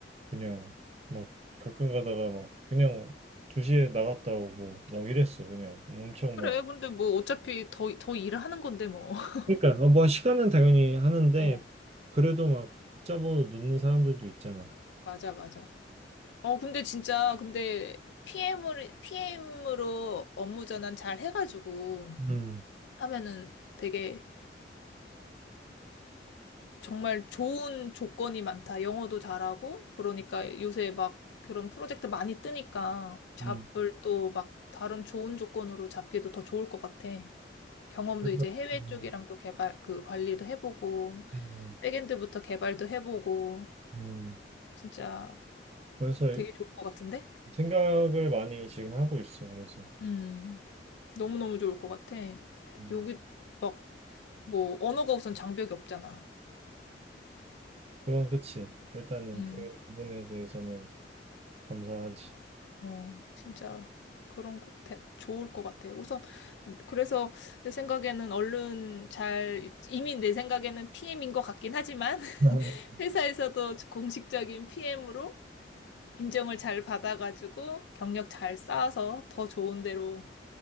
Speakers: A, on the right; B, on the left.
A: 그냥, 막 가끔 가다가 막, 그냥 2시에 나갔다 오고, 막 이랬어, 그냥. 엄청
B: 그래,
A: 막.
B: 근데 뭐 어차피 더, 더 일을 하는 건데 뭐. <laughs>
A: 그러니까 어, 뭐 시간은 당연히 하는데
B: 어,
A: 그래도 막 붙잡아서 놓는 사람들도 있잖아.
B: 맞아, 맞아. 어, 근데 진짜, 근데 PM을, PM으로 업무 전환 잘 해가지고
A: 음,
B: 하면은 되게 정말 좋은 조건이 많다. 영어도 잘하고. 그러니까 요새 막 그런 프로젝트 많이 뜨니까 잡을
A: 음.
B: 또 막 다른 좋은 조건으로 잡기도 더 좋을 것 같아. 경험도
A: 그래서
B: 이제 해외
A: 어,
B: 쪽이랑 또 개발 그 관리도 해보고
A: 음,
B: 백엔드부터 개발도 해보고
A: 음.
B: 진짜
A: 그래서
B: 되게 좋을 것 같은데?
A: 생각을 많이 지금 하고 있어. 그래서
B: 음, 너무너무 좋을 것 같아.
A: 음,
B: 여기 막 뭐 언어가 우선 장벽이 없잖아.
A: 그건 그치. 일단은
B: 음.
A: 그 부분에 대해서는 감사하지.
B: 어, 진짜 그런 거 대- 좋을 것 같아. 우선 그래서 내 생각에는 얼른 잘 이미 내 생각에는 PM인 것 같긴 하지만 <laughs>
A: <laughs>
B: 회사에서도 공식적인 PM으로 인정을 잘 받아가지고 경력 잘 쌓아서 더 좋은 데로